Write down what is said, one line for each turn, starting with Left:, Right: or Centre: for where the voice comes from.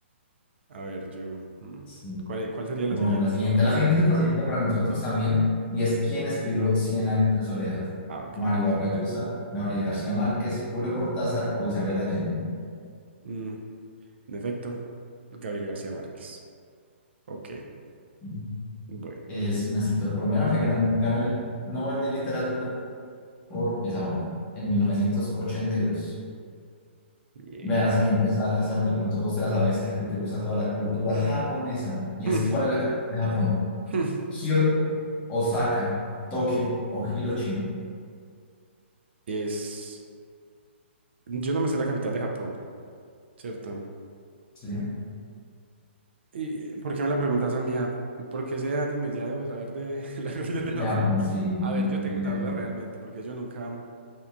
Right: A ver, yo. mm,
Left: Sí.
Right: ¿Cuál, e- cuál sería la
Left: Bueno,
Right: siguiente?
Left: la siguiente.
Right: Mm,
Left: La siguiente es facilita para nosotros también y
Right: ujú.
Left: es ¿quién escribió Cien años de soledad?
Right: Ah, ok.
Left: Mario Vargas Llosa, Gabriel García Márquez, Julio Cortázar o Isabel Allende.
Right: Mm, en efecto, Gabriel García Márquez. Ok,
Left: Ujú.
Right: bueno.
Left: Es un escritor colombiano que ganó, ganó el Nobel de Literatura por esa obra en 1982.
Right: Bien.
Left: Vean la siguiente,
Right: <laughs>
Left: esa, esa de pronto vos te la sabes, que a ti te gusta toda la cultura japonesa. Y
Right: Mm,
Left: es, ¿cuál es la capital de Japón?
Right: mm,
Left: Kioto Osaka, Tokio o Hiroshima.
Right: Es. Yo no me sé la capital de Japón, ¿cierto?
Left: Sí, de
Right: ¿Y por qué me la preguntas a mí? Ah, ¿Por qué ese anime ya debo saber de <laughs> la capital de Japón?
Left: Japón, sí.
Right: A
Left: mm,
Right: ver, yo tengo una
Left: ya
Right: duda realmente, porque yo nunca